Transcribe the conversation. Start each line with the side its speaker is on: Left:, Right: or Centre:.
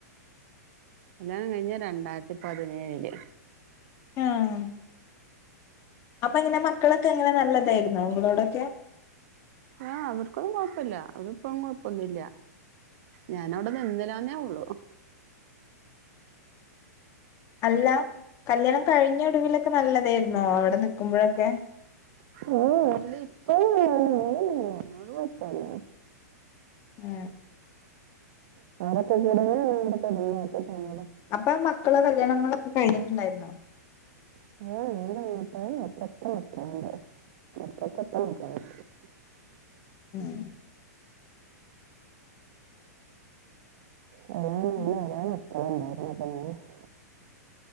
Right: കല്യാണം കഴിഞ്ഞെ രണ്ടായിരത്തി പതിനേഴില്
Left: ആഹ് അപ്പൊ ഇങ്ങനെ മക്കളൊക്കെ അങ്ങനെ നല്ലതായിരുന്നോ നിങ്ങളോടൊക്കെ?
Right: ആ അവർക്കൊന്നും കുഴപ്പില്ല അവരിപ്പഴും കുഴപ്പൊന്നു ഇല്ല. ഞാൻവിടെ നിന്നലാന്നേ ഉള്ളു
Left: അല്ല കല്യാണം കഴിഞ്ഞ ഒടുവിലൊക്കെ നല്ലതായിന്നോ അവിടെ നക്കുമ്പോഴൊക്കെ?
Right: <unintelligible>
Left: മ്
Right: <unintelligible>
Left: അപ്പൊ മക്കളെ കല്യാണങ്ങളൊക്കെ കഴിഞ്ഞിട്ടുണ്ടായിരുന്നോ?
Right: <unintelligible>
Left: ഉം
Right: <unintelligible>
Left: ഉം